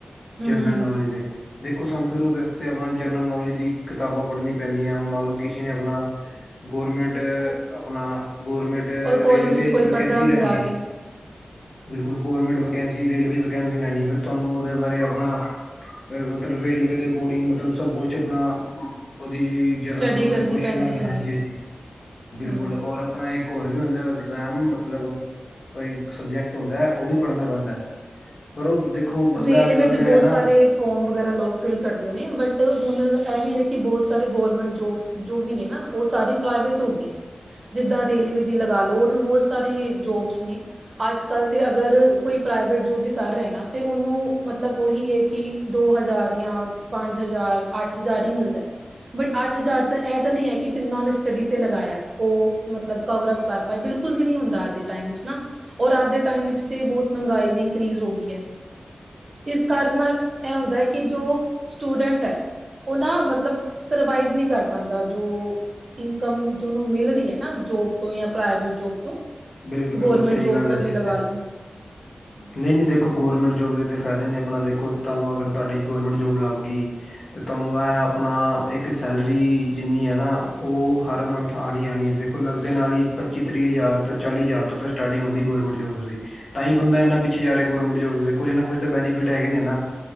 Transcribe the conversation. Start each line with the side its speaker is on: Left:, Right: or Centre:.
Right: ਹਮ
Left: ਜਨਰਲ ਨੌਲੇਜ ਦੇ ਦੇਖੋ ਸਾਨੂੰ ਫਿਰ ਉਹਦੇ ਉਤੇ ਆਪਣਾ ਜਨਰਲ ਨੌਲੇਜ ਦੀ ਕਿਤਾਬਾਂ ਪੜ੍ਹਨੀ ਪੈਂਦੀਆਂ ਹੁਣ ਮੰਨ ਲਓ ਕਿਸੇ ਨੇ ਆਪਣਾ ਗਰਮੈਂਟ ਆਪਣਾ ਗੌਰਮੈਂਟ
Right: ਔਰ ਕਾਲਜ
Left: ਰੇਲਵੇ
Right: ਵਿੱਚ ਕੋਈ
Left: ਚ ਵੈਕੈਂਸੀ
Right: ਪੜ੍ਹਦਾ ਨਹੀਂ
Left: ਲੈਣੀ
Right: ਜਾ
Left: ਹੈ।
Right: ਕੇ
Left: ਬਿਲਕੁਲ ਗੌਰਮੈਂਟ ਵੈਕੈਂਸੀ ਰੇਲਵੇ ਵੈਕੈਂਸੀ ਲੈਣੀ ਫਿਰ ਤੁਹਾਨੂੰ ਉਹਦੇ ਬਾਰੇ ਆਪਣਾ ਫਿਰ ਮਤਲਬ ਰੇਲਵੇ ਦੇ ਅਕੋਰਡਿੰਗ ਮਤਲਬ ਸਭ ਕੁਛ ਆਪਣਾ ਉਹਦੀ ਜਰਨਲ
Right: ਸਟੱਡੀ
Left: ਨੌਲੇਜ
Right: ਕਰਨੀ
Left: ਦੇ ਕੁਸ਼ਚਨ
Right: ਪੈਂਦੀ
Left: ਲੈਣੇ
Right: ਹੁੰਦੀ
Left: ਹਾਂਜੀ
Right: ਹੈ
Left: ਹਾਂਜੀ ਬਿਲਕੁਲ
Right: ਹਮ
Left: ਔਰ ਆਪਣਾ ਇੱਕ ਹੋਰ ਵੀ ਹੁੰਦਾ ਇਗਜ਼ਾਮ ਮਤਲਬ ਕੋਈ ਇਕ ਸਬਜੈਕਟ ਹੁੰਦਾ ਉਹ ਵੀ ਪੜ੍ਹਨਾ ਪੈਂਦਾ ਪਰ ਉਹ ਦੇਖੋ ਬੰਦਾ
Right: ਰੇਲਵੇ
Left: ਅੱਜ ਕੱਲ੍ਹ
Right: ਦੇ
Left: ਤੇ
Right: ਬਹੁਤ
Left: ਹੈ ਨਾ
Right: ਸਾਰੇ ਫੋਮ ਵਗੈਰਾ ਲੋਕ ਫਿਲ ਕਰਦੇ ਨੇ ਬਟ ਹੁਣ ਇਹ ਵੀ ਨੇ ਕਿ ਬਹੁਤ ਸਾਰੇ ਗੌਰਮੈਂਟ ਜੋਬਸ ਜੋ ਵੀ ਨੇ ਨਾ ਉਹ ਸਾਰੇ ਪ੍ਰਾਈਵੇਟ ਹੋ ਗਈ ਜਿੱਦਾਂ ਰੇਲਵੇ ਦੀ ਲਗਾ ਲਓ ਹੋਰ ਵੀ ਬਹੁਤ ਸਾਰੇ ਜੋਬਸ ਨੇ ਅੱਜ ਕੱਲ੍ਹ ਤਾਂ ਅਗਰ ਕੋਈ ਪ੍ਰਾਈਵੇਟ ਜੋਬ ਵੀ ਕਰ ਰਿਹਾ ਨਾ ਅਤੇ ਉਹਨੂੰ ਮਤਲਬ ਉਹੀ ਹੈ ਕਿ ਦੋ ਹਜ਼ਾਰ ਜਾਂ ਪੰਜ ਹਜ਼ਾਰ ਅੱਠ ਹਜ਼ਾਰ ਹੀ ਮਿਲਦਾ। ਬਟ ਅੱਠ ਹਜ਼ਾਰ ਤਾਂ ਇਹ ਤਾਂ ਨਹੀਂ ਹੈ ਕਿ ਜਿੰਨਾਂ ਉਹਨੇ ਸਟੱਡੀ ਤੇ ਲਗਾਇਆ ਉਹ ਮਤਲਬ ਕਵਰ ਅਪ ਕਰ ਪਾਏ ਬਿਲਕੁਲ ਵੀ ਨੀ ਹੁੰਦਾ ਅੱਜ ਦੇ ਟਾਈਮ ਵਿੱਚ ਨਾ ਔਰ ਅੱਜ ਦੇ ਟਾਈਮ ਵਿੱਚ ਤੇ ਬਹੁਤ ਮਹਿੰਗਾਈ ਵੀ ਇਨਕਰੀਜ਼ ਹੋ ਗਈ ਹੈ। ਤੇ ਕਾਰਨ ਨਾਲ ਇਹ ਹੁੰਦਾ ਹੈ ਕਿ ਜੋ ਸਟੂਡੈਂਟ ਹੈ। ਉਹ ਨਾ ਮਤਲਬ ਸਰਵਾਈਵ ਨਹੀਂ ਕਰ ਪਾਉਦਾ ਜੋ ਇਨਕਮ ਜੋ ਉਹਨੂੰ ਮਿਲ ਰਹੀ ਹੈ ਨਾ ਜੋਬ ਤੋਂ ਜਾਂ ਪ੍ਰਾਈਵੇਟ ਜੋਬ ਤੋਂ
Left: ਬਿਲਕੁਲ ਬਿਲਕੁਲ
Right: ਗੌਰਮੈਂਟ
Left: ਸਹੀ
Right: ਜੋਬ
Left: ਗੱਲ
Right: ਤੋਂ
Left: ਹੈ ਜੀ
Right: ਵੀ
Left: ਇਹ
Right: ਲਗਾ
Left: ਤੇ
Right: ਲਉ।
Left: ਨਹੀਂ ਨਹੀਂ ਦੇਖੋ ਗੌਰਮੈਂਟ ਜੋਬ ਦੇ ਤਾਂ ਫਾਇਦੇ ਨੇ ਆਪਣਾ ਦੇਖੋ ਤੁਹਾਨੂੰ ਅਗਰ ਤੁਹਾਡੀ ਗੌਰਮੈਂਟ ਜੋਬ ਲੱਭ ਗਈ। ਅਤੇ ਤੁਹਾਨੂੰ ਐ ਆਪਣਾ ਇੱਕ ਸੈਲਰੀ ਜਿੰਨੀ ਹੈ ਨਾ ਉਹ ਹਰ ਮੰਥ ਆਣੀ ਆਣੀ ਹੈ ਦੇਖੋ ਲੱਗਦੇ ਨਾਲ ਹੀ ਪੱਚੀ ਤੀਹ ਹਜ਼ਾਰ ਤੋਂ ਚਾਲੀ ਹਜ਼ਾਰ ਤੋਂ ਤਾਂ ਸਟਾਰਟਿੰਗ ਹੁੰਦੀ ਗੌਰਮੈਂਟ ਜੋਬਸ ਦੀ ਤਾਂ ਹੀ ਬੰਦਾ ਇਨਾ ਪਿੱਛੇ ਜਾ ਰਿਹਾ ਗੌਰਮੈਂਟ ਜੋਬ ਦੇ ਕੋਈ ਨਾ ਕੋਈ ਤਾਂ ਬੈਨੀਫਿਟ ਹੈਗੇ ਨੇ ਨਾ